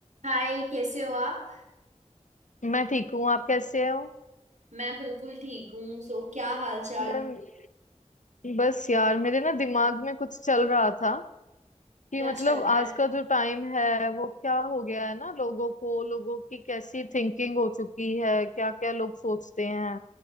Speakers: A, on the right (about 70°); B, on the left (about 90°).
A: हाय कैसे हो आप
B: मैं ठीक हूँ आप कैसे हो
A: मैं बिल्कुल ठीक हूँ सो क्या हाल चाल
B: यार बस यार मेरे ना दिमाग में कुछ चल रहा था कि
A: क्या
B: मतलब
A: चल
B: आज
A: रहा है
B: का जो टाइम है वो क्या हो गया है ना लोगों को लोगों की कैसी थिंकिंग हो चुकी है क्या क्या लोग सोचते हैं